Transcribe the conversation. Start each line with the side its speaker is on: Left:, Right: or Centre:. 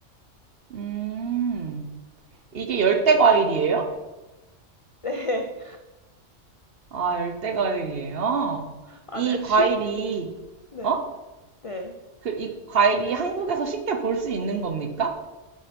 Right: 음 이게 열대 과일이에요?
Left: 네. <laughs>
Right: 아 열대 과일이에요?
Left: 아,
Right: 이
Left: 네, 지금,
Right: 과일이
Left: 네,
Right: 어?
Left: 네.
Right: 그, 이 과일이 한국에서 쉽게 볼 수 있는 겁니까?